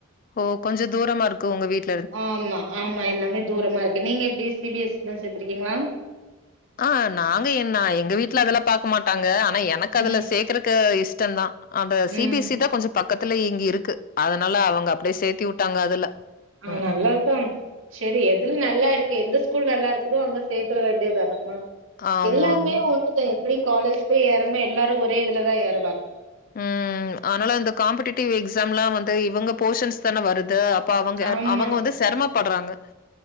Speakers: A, on the left; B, on the right.
A: ஓ கொஞ்ச தூரமா இருக்கு உங்க வீடு
B: ஆம்மா ஆம்மா எல்லாமே தூரமாருக்கு நீங்க எப்டி சி பி எஸ் சி தா சேத்துருக்கீங்ளா
A: ஆ நாங்க என்னா எங்க வீட்டுல அதல்லா பாகக்க மாட்டாங்க ஆனா எனக்கு அதுல
B: ம்
A: சேக்கறக்கு இஷ்டந்தா அந்த சி
B: ம்
A: பி எஸ் சி தா கொஞ்சொ பக்கத்துல இங்க இருக்கு அதனால அவங்க அப்டே சேத்தி வுட்டாங்க அதுல
B: ஆனல்ல
A: ம்ஹ்ம்.
B: ப்பம் சேரி எதுல நல்லாருக்கு எந்த ஸ்கூல் நல்லாருக்குதோ அங்க சேர்க்கர வேண்டியதனம்மா
A: ஆமாமா.
B: எல்லாமே ஒண்ணுதா எப்பிடியும் காலேஜ் போய் ஏறம்ம எல்லாரு ஒரே இதுலதா ஏறுவாங்க
A: ம் ஆனால அந்த காம்படிட்டிவ் எக்ஸாலா வந்து இவுங்க போர்ஷன்ஸ்தன வருது ப்ப அவங்க
B: ஆமா
A: அவங்க வந்து சிரமப்படுறாங்க